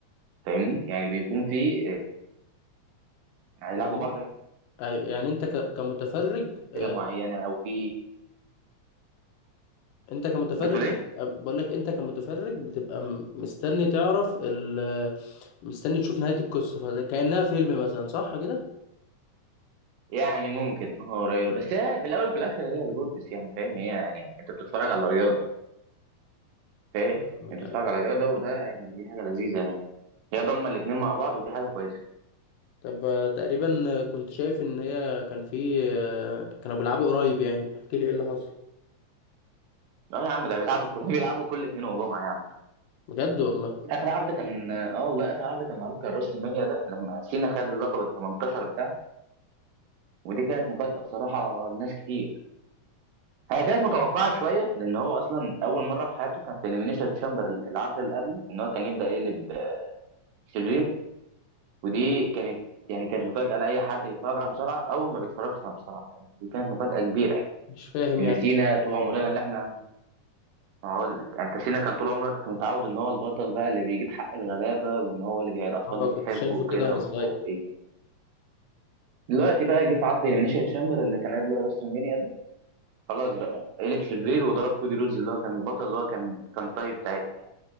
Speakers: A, on the right; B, on the left.
A: فاهمني يعني بيكون في آه، هيلعبوا
B: يعني
A: بعض
B: ايوه يعني انت ك... كمتفرج آه،
A: حاجه معينه او في
B: انت كمتفرج
A: بتقول ايه
B: بقول لك انت كمتفرج بتبقى م- مستني تعرف ال... مستني تشوف نهاية القصة فكأنها فيلم مثلا صح كده؟
A: يعني ممكن اه قريبه بس هي في الاول وفي الاخر هي سبورتس يعني فاهم هي يعني انت بتتفرج على رياضه فاهم
B: فاهمك،
A: انت بتتفرج
B: أيوة.
A: على رياضه وده يعني دي حاجه لذيذه يعني هي ضمه الاثنين مع بعض ودي حاجه كويسه
B: طب آه، تقريبا كنت شايف ان هي كان في آه، كانوا بيلعبوا قريب يعني احكي لي ايه اللي حصل
A: اه يا عم ده بيلعبوا كل <laughs> بيلعبوا كل اثنين وجمعه يا عم
B: بجد والله
A: اخر عرض كان اه والله اخر عرض كان معمول كان راس المنيا ده لما سينا خد اللقب ال 18 بتاعه ودي كانت مفاجاه بصراحه لناس كتير هي كانت متوقعه شويه لان هو اصلا اول مره في حياته كان في اليمينيشن تشامبر العرض اللي قبله ان هو كان يبدا يقلب شرير ودي كانت يعني كانت مفاجأة لأي حد بيتفرج على مصارعة أو ما بيتفرجش على مصارعة يعني دي كانت مفاجأة كبيرة يعني
B: مش فاهم
A: إن
B: يعني
A: سينا طول عمرنا اللي إحنا هقول لك أنت سينا كان طول عمرك كنت متعود إن هو البطل بقى اللي بيجيب حق الغلابة وإن هو اللي بي... الأطفال
B: اه
A: بتحبه
B: كنت شايفه
A: وكده
B: كده وانا
A: ومش
B: صغير
A: عارف إيه دلوقتي بقى جه في عرض إليمينيشن تشامبر اللي كان قبل راس المنيا ده خلاص بقى قلب شرير وضرب كودي رودز اللي هو كان البطل اللي هو كان كان طيب ساعتها